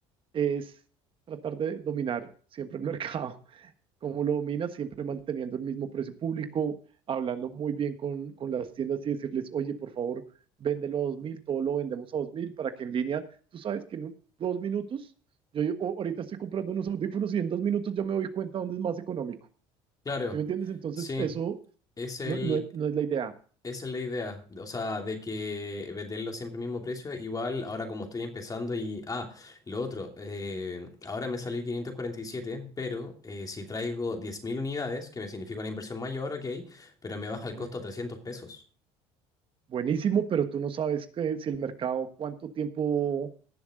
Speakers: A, on the right; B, on the left.
A: es tratar de dominar siempre el <laughs> mercado cómo lo domina, siempre manteniendo el mismo precio público, hablando muy bien con, con las tiendas y decirles, oye, por favor, véndelo a 2000, todo lo vendemos a 2000, para que en línea, tú sabes que en un, dos minutos, yo oh, ahorita estoy comprando unos audífonos y en dos minutos ya me doy cuenta dónde es más económico.
B: claro.
A: ¿Sí me entiendes? Entonces,
B: Sí,
A: eso
B: es el,
A: no, no, no es la idea.
B: Esa es la idea, o sea, de que venderlo siempre al mismo precio, igual ahora como estoy empezando y... Ah, lo otro, eh, ahora me salió 547, pero eh, si traigo 10.000 unidades, que me significa una inversión mayor, ok, pero me baja el costo
A: Eh,
B: a trescientos pesos.
A: buenísimo, pero tú no sabes que, si el mercado, cuánto tiempo